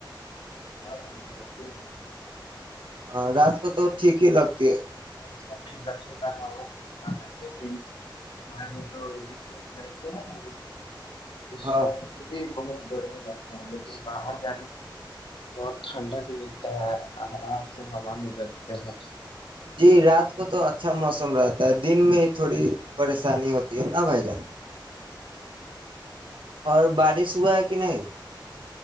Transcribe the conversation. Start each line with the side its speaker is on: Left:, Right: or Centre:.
Left: ہاں ہاں متے ہی ہیں
Right: ہاں رات کو تو ٹھیک ہی لگتی ہے
Left: اچا ٹھنڈا ٹھنڈاتا ہے لیکنے تو ل رہتے ہیں نا اس
Right: ہاں
Left: میں پھر بھی بہت گرمی رہگتا ہے لیکن باہر جانے بہت ٹھنڈک ملتا ہے آرام سے ہوا میں بچتے ہے
Right: جی رات کو تو اچھا مس موسم رہتا ہے دن میں تھوڑی پریشانی ہوتی ہے نہ بھائی جان اور بارش ہوا ہے کہ نہیں